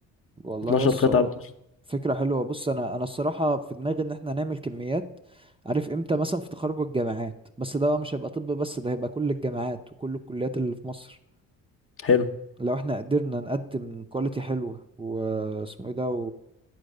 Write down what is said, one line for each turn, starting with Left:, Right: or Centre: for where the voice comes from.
Right: والله
Left: 12
Right: يس
Left: قطعه ب 12
Right: فكرة حلوة بص انا انا الصراحة في دماغي ان احنا نعمل كميات عارف امتى مثلا في تخرج الجامعات بس ده بقى مش هيبقى طب بس ده هيبقى كل الجامعات وكل الكليات اللي في مصر
Left: حلو
Right: لو احنا قدرنا نقدم كواليتي حلوة واسمه ايه ده